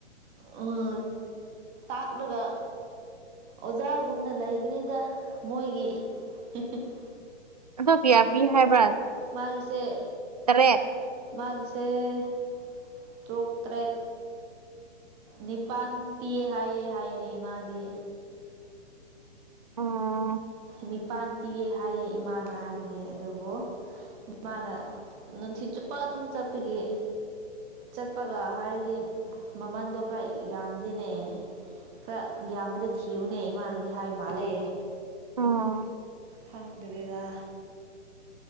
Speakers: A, on the right; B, on the right.
A: <unintelligible> ꯇꯥꯛꯂꯒ ꯑꯣꯖꯥꯒꯨꯝꯅ ꯂꯩꯕꯅꯤꯗ ꯃꯣꯏꯒꯤ <unintelligible>
B: ꯑꯗꯨ ꯀ꯭ꯌꯥ ꯄꯤ ꯍꯥꯏꯕ꯭ꯔꯥ
A: ꯃꯥꯒꯤꯁꯦ
B: ꯇꯔꯦꯠ
A: ꯃꯒꯤꯁꯦ ꯇ꯭ꯔꯨꯛ ꯇ꯭ꯔꯦꯠ ꯅꯤꯄꯥꯟ ꯄꯤꯌꯦ ꯍꯥꯏꯌꯦ ꯍꯥꯏꯅꯦ ꯃꯥꯗꯤ
B: ꯎꯝ
A: ꯅꯤꯄꯥꯟ ꯄꯤꯌꯦ ꯍꯥꯏꯌꯦ ꯏꯃꯥꯅ ꯍꯥꯏꯕꯗꯤ ꯑꯗꯨꯕꯨ <unintelligible> ꯃꯥꯅ ꯅꯨꯡꯊꯤꯟ ꯆꯨꯞꯄ ꯑꯗꯨꯝ ꯆꯠꯄꯒꯤ ꯆꯠꯄꯒ ꯍꯥꯏꯔꯗꯤ ꯃꯃꯟꯗꯣ ꯈꯔ ꯌꯥꯝꯗꯦꯅꯦ ꯈ꯭ꯔ ꯌꯥꯝꯕꯗ ꯊꯤꯌꯣꯅꯦ ꯏꯃꯥꯅꯗꯤ ꯍꯥꯏ ꯃꯥꯜꯂꯦ
B: <unintelligible>
A: ꯈꯪꯗ꯭ꯔꯦꯗ